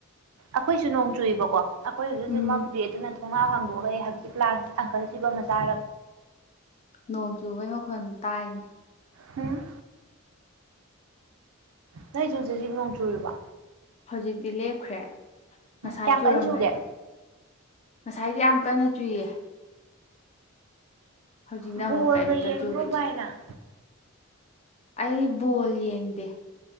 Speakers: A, on the right; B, on the left.
A: ꯑꯩꯈꯣꯏꯁꯨ ꯅꯣꯡ ꯆꯨꯏꯕꯀꯣ ꯑꯩꯈꯣꯏ ꯍꯧꯖꯤꯛ
B: ꯎꯝ
A: ꯑꯩꯈꯣꯏ ꯖꯨ ꯅꯣꯡ ꯆꯨꯏꯌꯦꯕꯥꯀꯣ ꯑꯩꯈꯣꯌ ꯍꯧꯖꯤꯛ ꯃꯝꯗ꯭ꯔꯤ ꯑꯗꯨꯅ ꯊꯣꯡꯅꯥꯎ ꯍꯥꯡꯗꯣꯛꯑꯒ ꯑꯩ ꯍꯖꯤꯛ ꯂꯥꯡꯉꯤ ꯑꯪꯀꯜꯆꯤꯞ ꯑꯃ ꯆꯥꯔ
B: ꯅꯣꯡ ꯆꯨꯕꯩ ꯃꯈꯣꯟ ꯇꯥꯏꯅꯦ
A: ꯍꯝ ꯅꯣꯏꯁꯨ ꯍꯧꯖꯤꯛ ꯍꯧꯖꯤꯛ ꯅꯣꯡ ꯆꯨꯔꯤꯕ
B: ꯍꯧꯖꯤꯛꯇꯤ ꯂꯦꯞꯈ꯭ꯔꯦ ꯉꯁꯥꯏ
A: ꯀꯌꯥꯝ
B: ꯆꯨꯔꯝꯕꯅꯦ
A: ꯀꯟꯅ ꯆꯨꯒꯦ
B: ꯉꯁꯥꯏꯗꯤ ꯌꯥꯝ ꯀꯟꯅ ꯆꯨꯏꯌꯦ ꯍꯧꯖꯤꯛꯅ
A: ꯎꯝ ꯕꯣꯜꯒ
B: ꯑꯃꯨꯛ ꯀꯩꯝꯇ
A: ꯌꯦꯡꯗ꯭ꯔꯣ
B: ꯆꯨꯈꯤꯗ꯭ꯔꯦ
A: ꯚꯥꯢ ꯅꯪ
B: ꯑꯩ ꯕꯣꯜ ꯌꯦꯡꯗꯦ